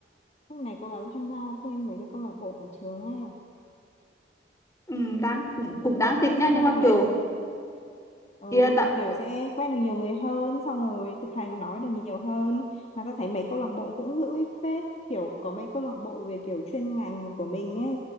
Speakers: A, on the left; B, on the left.
A: lúc này cố gắng tham gia thêm mấy cái câu lạc bộ của trường ấy
B: Ừ, đang cũng đang tính nha nhưng
A: tham
B: mà
A: gia mấy
B: kiểu
A: Ừ
B: kia tao
A: thì kiểu sẽ quen được nhiều người hơn xong rồi thực hành nói được nhiều hơn mà ta thấy mấy câu lạc bộ cũng hữu ích phết kiểu có mấy câu lạc bộ về kiểu chuyên ngành của mình ấy